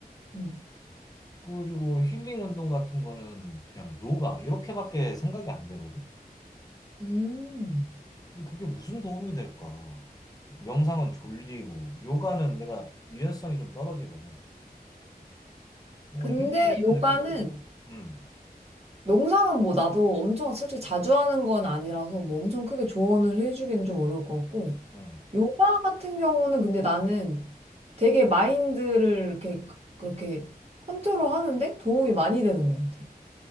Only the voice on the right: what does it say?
응.
음.
근데
요가는
명상은 뭐 나도 엄청 솔직히 자주 하는 건 아니라서 뭐 엄청 크게 조언을 해주기는 좀 어려울 것 같고
요가 같은 경우는 근데 나는 되게 마인드를 이렇게 그- 그렇게 컨트롤 하는데 도움이 많이 되는 것 같아.